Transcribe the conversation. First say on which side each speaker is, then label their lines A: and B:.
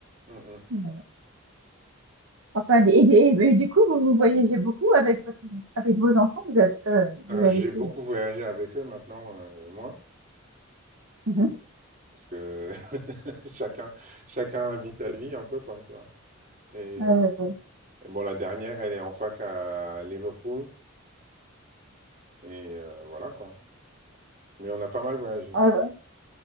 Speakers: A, on the right; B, on the right.
A: Mmh mh.
B: Mais- Enfin, et, et- et et du coup, vous vous voyagez beaucoup avec votre, avec vos enfants, vous avez, euh,
A: Heu,
B: vous avez
A: j'ai
B: fait,
A: beaucoup
B: euh,
A: voyagé avec eux, maintenant, heu, moins,
B: Mhm.
A: parce que <laughs> chacun chacun vit sa vie un peu, quoi, tu vois? Et,
B: Euh,
A: euh, et bon, la dernière, elle est en fac à Liverpool. Et euh, voilà quoi. Mais on a pas mal voyagé.
B: ah ouais,